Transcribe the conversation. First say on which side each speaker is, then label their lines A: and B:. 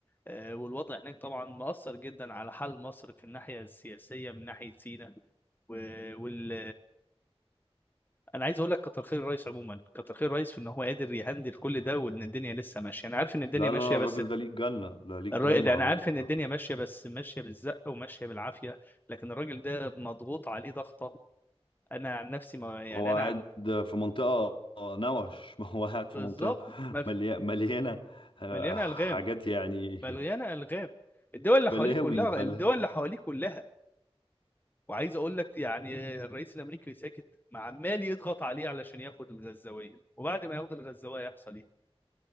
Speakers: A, on the left (about 20°); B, on the left (about 55°).
A: آه، والوضع هناك طبعا مؤثر جدا على حال مصر في الناحيه السياسيه من ناحيه سيناء و- وال انا عايز اقول لك كتر خير الرئيس عموما كتر خير الرئيس في ان هو قادر يهندل كل ده وان الدنيا لسه ماشيه انا عارف ان الدنيا
B: لا
A: ماشيه
B: لا لا،
A: بس
B: الراجل ده ليه الجنة ده ليه الجنة
A: الراجل ده انا
B: الراجل
A: عارف ان
B: ده
A: الدنيا ماشيه بس ماشيه بالزق وماشيه بالعافيه لكن الراجل ده مضغوط عليه ضغطه انا عن نفسي ما يعني
B: هو قاعد
A: انا عن
B: في منطقة آه، نوش <laughs> ما هو قاعد في
A: بالظبط
B: منطقة
A: مف-
B: ملي... مليانة آه،
A: مليانه
B: حاجات
A: الغام
B: يعني
A: مليانه الغام الدول اللي
B: بلاوي
A: حواليك كلها
B: بلا
A: الدول اللي حواليك كلها وعايز اقول لك يعني الرئيس الامريكي ساكت ما عمال يضغط عليه علشان ياخد الغزاويه وبعد ما ياخد الغزاويه هيحصل ايه